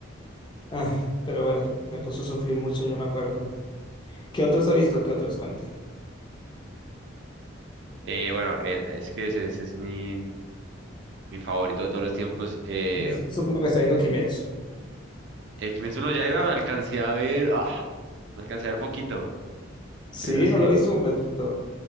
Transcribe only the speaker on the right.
Eh, bueno, eh, es que ese, ese es mi, mi favorito de todos los tiempos. Eh,
el Kimetsu no Yaiba me alcancé a ver, ah, me alcancé a ver poquito,
pero sí,